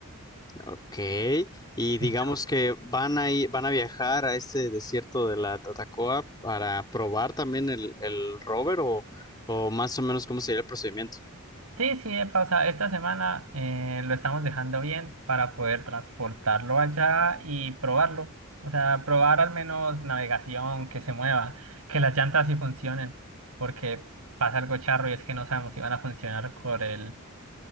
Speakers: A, on the left; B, on the right.
A: Ok, y digamos
B: se llama.
A: que van a ir- van a viajar a este desierto de la Tatacoa para probar también el, el rover o, o más o menos cómo sería el procedimiento.
B: Sí, sí, epa, o sea, esta semana eh, lo estamos dejando bien para poder transportarlo allá y probarlo. O sea, probar al menos navegación, que se mueva, que las llantas sí funcionen, porque pasa algo charro y es que no sabemos si van a funcionar con el